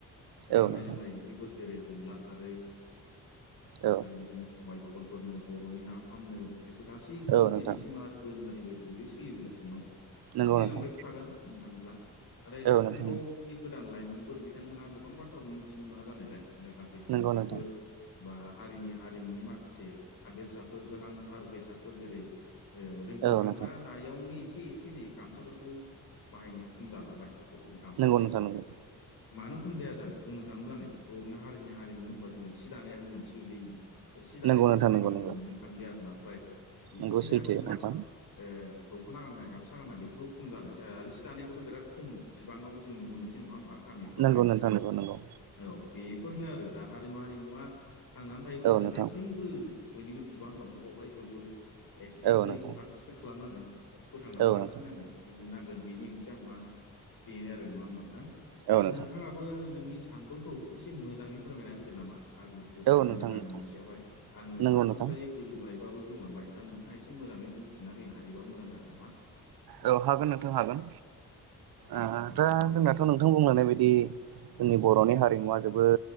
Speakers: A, on the right; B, on the left.
A: औ
B: जानाय-
A: नोंथां
B: लोंनाय ओंख्रिफोर जेरै अनला खारै
A: औ
B: आरो बिदिनो बाय जहलफोरनो बर'नि ना फामनो बेफोर गासैखौबो
A: औ नोंथां
B: दिनैसिमा दोरोङारि बायदि बेबो सोलिबोगासिनो दङ
A: नंगौ
B: सोलिलांबायबो
A: नोंथां
B: थागोन बुंनो थाङोब्ला न
A: औ
B: दानि
A: नोंथां
B: जुगाव जे गोदान लाइमोनफोर बिथांमोना गोबां बाथ्राखौ मिथिनो मोना जानायलाय माखासे खान्थिफोर
A: नंगौ नोंथां
B: बा हारिनि हारिमुनि माखासे हादेरसाफोर गोनांथार बेसादफोर जेरै' ओ जों बुंनो
A: औ
B: थाङोब्ला
A: नोंथां
B: दयावनो एसे -एसेनै गामसाफोरखौ बाहायनाया खम जालांबाय। बर'नि गामसा
A: नंगौ
B: जायखौ
A: नोंथां नंगौ।
B: मानो खम जाया जानो बुंनो थाङोब्ला नै बर'नि हारिनि -हारिमु होनबा जोङो सि दानायाबो मोनसे गोगल्लैयोमोन। सि दानायखौ
A: नंगौ नोंथां
B: जों गामिफ्राव
A: नंगौ नंगौ
B: मोननो थांलि आरोना फ्राय बेफोरनि
A: नंगौ सैथो
B: जाहोनाव
A: नोंथां
B: मा। ओ दख'ना गाननाय, गामसा गाननाय बेफोरखौाव खम जालांनोसै आरो सि दानायखौथ'राद खम बिबाङाव जों नुनो मोनै नङा होमबा? गामिफ्राव
A: नंगौ
B: हाय।
A: नोंथां नंगौ नंगौ
B: औ बेफोरनो आरो दा हारिमु हारिमुवा थांनानै थायोब्ला
A: औ
B: जों
A: नोंथां
B: गासैबो बयनिबो बिबान दं बावहाय बयबो एक्टिभलै
A: औ नोंथां
B: पार्टिसिपेट खालामनांगोन ब फोथांनानै
A: औ
B: लाखि
A: नोंथां
B: खिनांगोन बुजिनांगोन बिनि ओंथिया मा बेनो आरो नङा होमबा नोंथां
A: औ
B: दा
A: नोंथां
B: नोंथाङाबो नोंनि सान्दुंखौ एसे मोजां मोजाङै फोरमायना होदो नामा हारि बर'
A: औ
B: हारिनि
A: नोंथां
B: हारिमुनि
A: नोंथां
B: सायावहाय आङो
A: नंगौ
B: सरासनस्रायै
A: नोंथां
B: गोजौ गाहाय बाबो बुंलांबाय दा नोंथाङा एसे मोजाङै बुंफिनना होनो हायोबा मोजां जागोन नामा?
A: औ हागोन नोंथां हागोन
B: औ
A: ओ
B: औ नोंथां
A: दा
B: दे
A: जोंनाथ' नोंथां
B: बिदिब्ला
A: बुंलांनाय बादि जोंनि बर'नि हारिमुवा जोबोद